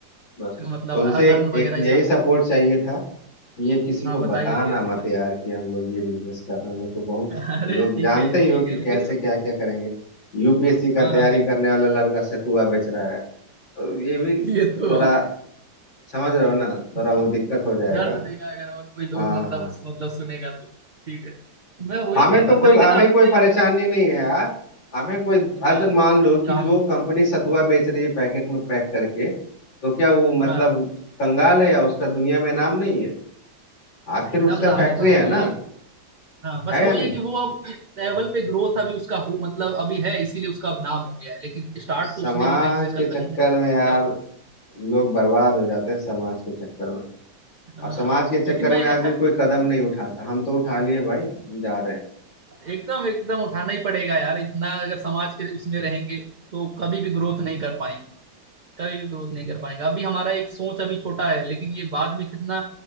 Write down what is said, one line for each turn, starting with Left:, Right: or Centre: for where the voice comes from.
Left: बस
Right: मतलब
Left: तुमसे एक,
Right: अर्न
Left: एक
Right: वगैरह
Left: यही
Right: स्टार्ट
Left: सपोर्ट
Right: करें
Left: चाहिए था कि ये किसी
Right: हाँ
Left: को
Right: बताइए
Left: बताना
Right: मेरे से
Left: मत
Right: क्या था
Left: यार कि हम लोग ये बिजनेस कर रहे हैं तो बहुत
Right: <laughs> अरे
Left: लोग
Right: ठीक
Left: जानते
Right: है ठीक
Left: ही हो कि
Right: है लेकिन
Left: कैसे क्या क्या करेंगे यूपीएससी का
Right: हाँ
Left: तैयारी
Right: हाँ एकदम
Left: करने वाला लड़का सतुआ बेच रहा है तो ये भी
Right: ये तो
Left: थोड़ा
Right: बात
Left: समझ रहे हो ना थोड़ा
Right: दर्द
Left: वो दिक्कत हो जाएगा
Right: दर्द देगा अगर और कोई लोग
Left: हाँ
Right: मतलब
Left: हाँ
Right: मतलब सुनेगा तो ठीक है मैं वही
Left: हमें
Right: कह
Left: तो
Right: रहा
Left: कोई
Right: था लेकिन
Left: हमें
Right: हाँ मैं
Left: कोई परेशानी नहीं है यार हमें कोई
Right: हाँ
Left: आज मान लो कि
Right: काम तो
Left: जो
Right: सारा
Left: कंपनी सतुआ बेच रही है पैकेट में पैक करके तो क्या वो मतलब
Right: हाँ
Left: कंगाल है या उसका दुनिया में नाम नहीं है आखिर
Right: हाँ एकदम
Left: उसका
Right: नाम
Left: फैक्ट्री
Right: है बस
Left: है
Right: वही
Left: ना
Right: है कि- हाँ बस
Left: है
Right: वही
Left: या नहीं
Right: है कि वो अब एक लेवल पे ग्रोथ अभी उसका हो मतलब अभी है इसीलिए उसका अब नाम हो गया है लेकिन स्टार्ट
Left: समाज
Right: तो उसने भी कहीं से
Left: के
Right: कहीं
Left: चक्कर
Right: ना कहीं
Left: में
Right: से
Left: यार
Right: किया होगा
Left: लोग बर्बाद हो जाते हैं समाज के चक्कर में
Right: हाँ
Left: अब समाज के
Right: लेकिन
Left: चक्कर
Right: मैं
Left: में
Right: अच्छा
Left: आदमी कोई कदम नहीं उठाता हम तो उठा लिए भाई हम जा रहे हैं
Right: एकदम एकदम उठाना ही पड़ेगा यार इतना अगर समाज के उसमें रहेंगे तो कभी भी ग्रोथ नहीं कर पाएंगे कभी भी ग्रोथ नहीं कर पाएंगे अभी हमारा एक सोच अभी छोटा है लेकिन ये बाद में कितना